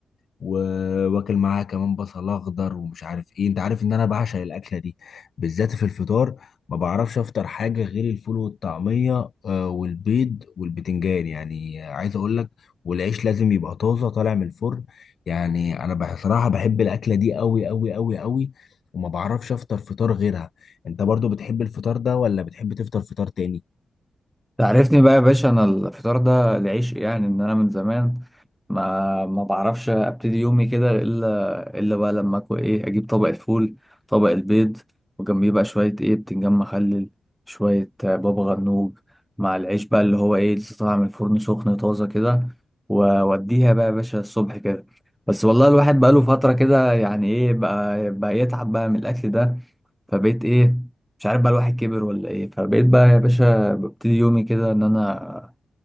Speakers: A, on the left (about 65°); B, in the centre.
A: وواكل معاها كمان بصل اخضر ومش عارف ايه انت عارف ان انا بعشق الاكله دي بالذات في الفطار ما بعرفش افطر حاجه غير الفول والطعميه آه، والبيض والبتنجان يعني عايز اقول لك والعيش لازم يبقى طازه طالع من الفرن يعني انا بصراحه بحب الاكله دي قوي قوي قوي قوي وما بعرفش افطر فطار غيرها انت برضو بتحب الفطار ده ولا بتحب تفطر فطار تاني
B: تعرفني بقى يا باشا انا الفطار ده العيش يعني ان انا من زمان ما ما بعرفش ابتدي يومي كده الا الا بقى لما اكل ايه اجيب طبق الفول طبق البيض وجنبيه بقى شويه ايه بتنجان مخلل شويه آه، بابا غنوج مع العيش بقى اللي هو ايه لسه طالع من الفرن سخن طازه كده ووديها بقى يا باشا الصبح كده بس والله الواحد بقى له فتره كده يعني ايه بقى بقى يتعب بقى من الاكل ده فبقيت ايه مش عارف بقى الواحد كبر ولا ايه فبقيت بقى يا باشا ببتدي يومي كده ان انا